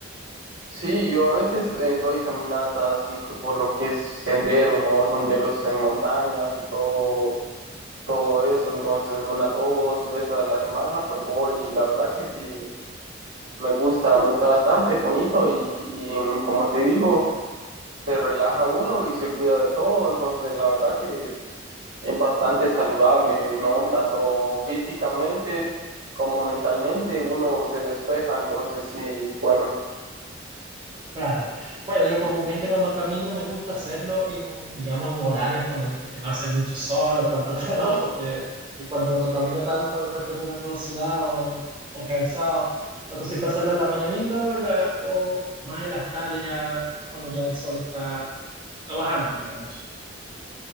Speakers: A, on the right; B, on the right.
A: Sí, yo a veces eh, doy caminatas así co- por lo que es sendero, ¿no? Senderos en montañas y todo, todo eso. Entonces, una, dos veces a la semana, pues voy y la verdad que sí, me gusta, me gusta bastante, bonito y, y como te digo, se relaja uno y se olvida de todo. Entonces, la verdad que es bastante saludable, ¿no? Tanto físicamente como mentalmente uno se despeja, entonces sí, bueno,
B: Claro. Bueno, yo comúnmente cuando camino me gusta hacerlo en, digamos, en horarios cuando por ejemplo, que no hace mucho sol o tanto <laughs> calor, porque cuando uno camina tanto después termina todo sudado o, o cansado. Entonces siempre hacerlo en la mañanita o, en la- o más en las tardes ya cuando ya el sol está, está bajando, digamos.